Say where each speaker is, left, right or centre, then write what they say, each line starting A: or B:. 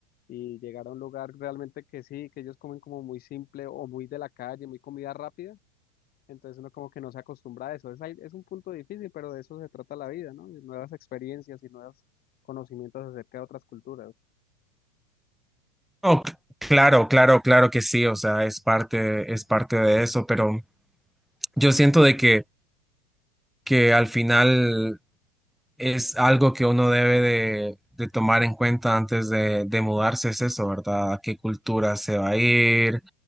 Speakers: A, on the left (about 30°); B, in the centre.
A: y llegar a un lugar realmente que sí, que ellos comen como muy simple o muy de la calle, muy comida rápida, entonces uno como que no se acostumbra a eso. Es, ahí- es un punto difícil, pero de eso se trata la vida, ¿no? De nuevas experiencias y nuevos conocimientos acerca de otras culturas.
B: no, c- claro, claro, claro que sí. O sea, es parte, es parte de eso, pero yo siento de que, que al final es algo que uno debe de, de tomar en cuenta antes de, de mudarse, es eso, ¿verdad? ¿A qué cultura se va a ir?